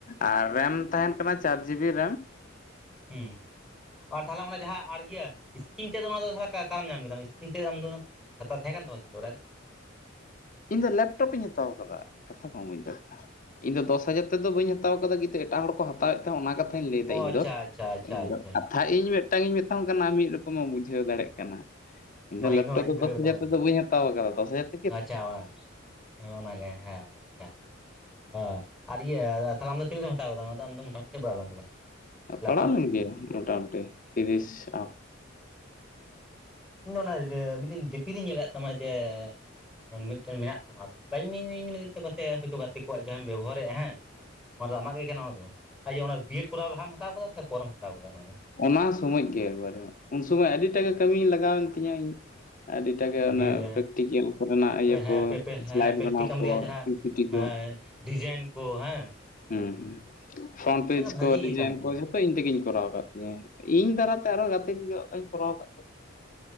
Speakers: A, on the left; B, in the centre.
A: ᱟᱨ ᱨᱮᱢ ᱛᱟᱦᱮᱱ ᱠᱟᱱᱟ ᱪᱟᱨ ᱡᱤ ᱵᱤ ᱨᱮᱢ,
B: ᱦᱮᱸ, ᱟᱨ ᱛᱟᱦᱞᱮ ᱚᱱᱟᱮ ᱡᱟᱦᱟᱸ ᱟᱨ ᱤᱭᱟᱹ ᱥᱠᱨᱤᱱ ᱛᱮᱫ ᱚᱱᱟ ᱫᱚᱦᱟ ᱛᱟᱦᱟᱮ ᱟᱠᱟ ᱟᱠᱟ ᱨᱮ ᱧᱟᱢ ᱠᱮᱫᱟᱢ? ᱥᱠᱨᱤᱱ ᱛᱮᱫ ᱫᱚ ᱟᱢᱚᱫ ᱚᱱᱟ ᱫᱚ ᱦᱟᱛᱟᱣ ᱛᱟᱦᱮᱸ ᱠᱟᱱ ᱛᱟᱢᱟ ᱥᱮ ᱪᱚᱲᱟᱜ ᱨᱮ?
A: ᱤᱧ ᱫᱚ ᱞᱮᱯᱴᱚᱯ ᱤᱧ ᱦᱟᱛᱟᱣ ᱠᱟᱫᱟ, ᱠᱟᱛᱷᱟ ᱵᱟᱢ ᱵᱩᱧ ᱫᱟᱲᱮᱜ ᱠᱟᱱᱟ ᱾ ᱤᱧ ᱫᱚ ᱫᱚᱥ ᱦᱟᱡᱟᱨ ᱛᱮᱫ ᱵᱟᱹᱧ ᱦᱟᱛᱟᱣ ᱠᱟᱫᱟ, ᱠᱤᱱᱛᱩ ᱮᱴᱟᱜ ᱦᱚᱲ ᱠᱚ ᱦᱟᱛᱟᱣ ᱮᱫ ᱛᱟᱦᱮᱸ, ᱚᱱᱟ ᱠᱟᱛᱷᱟᱧ ᱞᱟᱹᱭ ᱮᱫᱟ
B: ᱚ
A: ᱤᱧ
B: ᱟᱪᱪᱷᱟ
A: ᱫᱚ᱾
B: ᱟᱪᱪᱷᱟ ᱟᱪᱪᱷᱟ
A: ᱤᱧ
B: ᱟᱪᱪᱷᱟ
A: ᱫᱚ ᱠᱟᱛᱷᱟ ᱤᱧ ᱢᱮᱫ ᱴᱟᱝ ᱤᱧ ᱢᱮᱛᱟᱢ ᱠᱟᱱᱟ ᱟᱢ ᱢᱤᱫ ᱨᱚᱠᱚᱢᱮᱢ ᱵᱩᱡᱷᱟᱹᱣ ᱫᱟᱲᱮᱜ ᱠᱟᱱᱟ᱾ ᱮᱧ ᱫᱚ ᱞᱮᱯᱴᱚᱯ
B: ᱤᱧ ᱦᱚᱸ ᱵᱟᱹᱧ
A: ᱫᱚ
B: ᱫᱩᱞᱟᱹᱣ
A: ᱫᱚᱥ
B: ᱠᱟᱫᱟ
A: ᱦᱟᱡᱟᱨ
B: ᱚᱱᱟᱜᱮ
A: ᱛᱮᱫᱚ ᱵᱟᱹᱧ ᱦᱟᱛᱟᱣ ᱟᱠᱟᱫᱟ। ᱫᱚᱥ ᱦᱟᱡᱟᱨ ᱼᱼ
B: ᱟᱪᱪᱷᱟ, ᱚᱱᱟ ᱚᱱᱟ ᱜᱮ, ᱦᱮᱸ, ᱟᱪᱪᱷᱟ। ᱦᱮ ᱟᱨ ᱤᱭᱟᱹ, ᱛᱟᱦᱚᱞᱮ ᱟᱢ ᱫᱚ ᱛᱤᱱᱟᱹᱜ ᱛᱮᱢ ᱦᱟᱛᱟᱣ ᱠᱟᱫᱟ ᱚᱱᱟ ᱫᱚ? ᱟᱢ ᱫᱚ ᱢᱚᱴᱟᱢᱩᱴᱤ ᱛᱤᱱᱟᱹᱜ ᱯᱟᱲᱟᱣ ᱞᱮᱱ ᱛᱟᱢᱟ?
A: ᱯᱟᱲᱟᱣ
B: ᱞᱮᱯᱴᱚᱯ
A: ᱞᱮᱱ ᱜᱮᱭᱟ, ᱢᱚᱴᱟᱢᱩᱴᱤ ᱛᱤᱨᱤᱥ ᱟᱯ,
B: ᱤᱧ ᱫᱚ ᱚᱱᱟ <unintelligible> ᱢᱤᱫ ᱫᱤᱱ ᱰᱤᱯᱤ ᱨᱤᱧ ᱧᱮᱞᱮᱫ ᱛᱟᱢᱟ। ᱡᱮ ᱼᱼ ᱢᱤᱫᱴᱮᱱ ᱢᱮᱱᱟᱜ ᱛᱟᱢᱟ। ᱟᱫᱚ ᱵᱟᱹᱧ ᱢᱮᱱ <unintelligible> ᱯᱟᱥᱮ ᱦᱳᱭᱛᱳ ᱜᱟᱛᱮ ᱠᱚᱣᱟᱜ ᱡᱟᱦᱟᱸᱢ ᱵᱮᱵᱚᱦᱟᱨᱮᱜᱼᱟ ᱦᱮᱸ। ᱚᱱᱟ ᱫᱚ ᱟᱢᱟᱜ ᱜᱮ ᱠᱟᱱᱟ ᱚᱱᱟ ᱫᱚ? ᱟᱨ ᱡᱮ ᱵᱤᱭᱮᱰ ᱠᱚᱨᱟᱣ ᱞᱟᱦᱟᱢ ᱦᱟᱛᱟᱣ ᱠᱟᱫᱟ ᱥᱮ, ᱯᱚᱨᱮᱢ ᱦᱟᱛᱟᱣ ᱠᱟᱫᱟ ᱚᱱᱟ ᱫᱚ?
A: ᱚᱱᱟ ᱥᱚᱢᱚᱭ ᱜᱮ ᱮᱠᱵᱟᱨᱮ, ᱩᱱ ᱥᱚᱢᱚᱭ ᱟᱹᱰᱤᱴᱟᱜ ᱜᱮ ᱠᱟᱹᱢᱤ ᱞᱟᱜᱟᱣᱮᱱ ᱛᱤᱧᱟᱹ ᱤᱧᱟᱹᱜ ᱾ ᱟᱹᱰᱤᱴᱟᱜ ᱜᱮ ᱚᱱᱟ
B: ᱵᱤᱭᱮᱰ ᱨᱮ
A: ᱯᱨᱮᱠᱴᱤᱠᱮᱞ ᱠᱚᱨᱮᱱᱟᱜ ᱤᱭᱟᱹ
B: ᱦᱮᱸ
A: ᱠᱚ
B: ᱯᱮ ᱯᱮ ᱦᱮᱸ
A: ᱥᱮᱞᱟᱭᱤᱰ
B: ᱯᱨᱮᱠᱴᱤᱠᱟᱢ
A: ᱵᱮᱱᱟᱣ ᱠᱚ
B: ᱨᱮᱭᱟᱜ ᱡᱟᱦᱟᱸ
A: ᱯᱤ ᱯᱤ ᱴᱤ
B: ᱦᱮᱸ
A: ᱠᱚ।
B: ᱰᱤᱡᱟᱭᱤᱱ ᱠᱚ ᱦᱮᱸ।
A: ᱦᱩᱸ ᱦᱩᱸ। ᱯᱷᱨᱚᱱᱴ
B: ᱢᱤᱫᱴᱮᱱ
A: ᱯᱮᱡᱽ
B: ᱵᱷᱟᱜᱤ
A: ᱠᱚ ᱰᱤᱡᱟᱭᱤᱱ
B: ᱠᱟᱱ ᱜᱮᱭᱟ
A: ᱠᱚ ᱡᱷ ᱦᱚ ᱤᱧ ᱛᱮᱜᱤᱧ ᱠᱚᱨᱟᱣ ᱟᱠᱟᱫ ᱛᱤᱧᱟᱹ। ᱤᱧ ᱫᱟᱨᱟᱛᱮ ᱟᱨᱚ ᱜᱟᱛᱮ <unintelligible> ᱠᱚᱨᱟᱣ ᱟᱠᱟᱫ ᱛᱟᱠᱚᱣᱟ ᱾